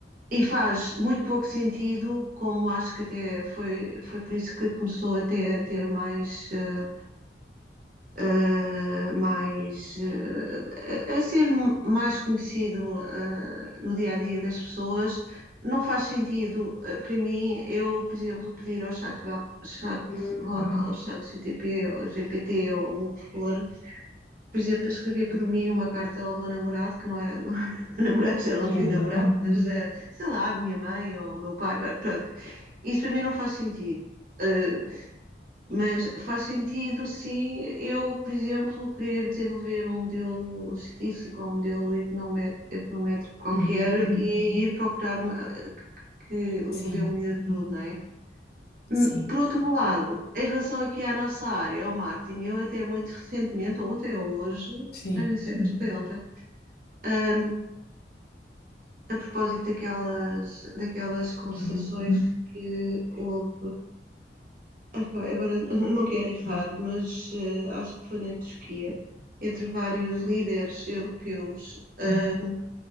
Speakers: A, on the right (about 50°); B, on the left (about 60°).
A: E faz muito pouco sentido, como acho que até foi, foi por isso que começou até a ter mais, eh, eh, mais eh, a a ser mais conhecido, eh, no dia a dia das pessoas. Não faz sentido, eh, para mim, eu, por exemplo, pedir ao chat, chat,
B: Uhum.
A: ao chat GPT, ao GPT ou o que for, por exemplo, a escrever por mim uma carta ao meu namorado, que não é, não é <laughs> meu namorado, já não
B: Sim,
A: tenho
B: é verdade.
A: namorado, mas eh, sei lá, a minha mãe ou o meu pai, pronto. Isso para mim não faz sentido. Eh, mas faz sentido se eu, por exemplo, querer desenvolver um modelo estatístico ou um modelo econome- econométrico qualquer
B: Uhum.
A: Uhum. e ir procurar uma- que o
B: Sim,
A: modelo me ajude, não é? Hum,
B: sim,
A: Por outro lado, em relação aqui à nossa área, ao marketing, eu até muito recentemente, ontem ou hoje,
B: sim.
A: já nem sei, acho que foi ontem, Ahm, a propósito daquelas, daquelas conversações
B: Uhum.
A: que houve, epá, agora <laughs> não quero errar,
B: Uhum.
A: mas eh, acho que foi na Turquia, entre vários líderes europeus, ahm,
B: Uhum.